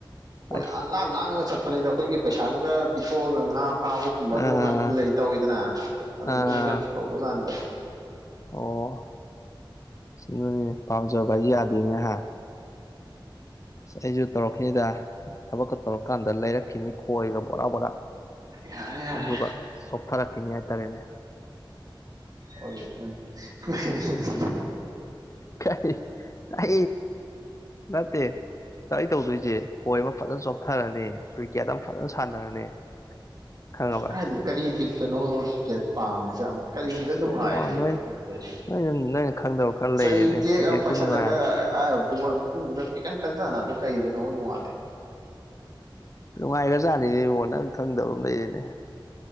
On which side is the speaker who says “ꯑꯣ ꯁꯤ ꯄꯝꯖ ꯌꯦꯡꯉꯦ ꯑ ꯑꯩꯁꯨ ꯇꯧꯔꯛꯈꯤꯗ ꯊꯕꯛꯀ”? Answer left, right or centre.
Left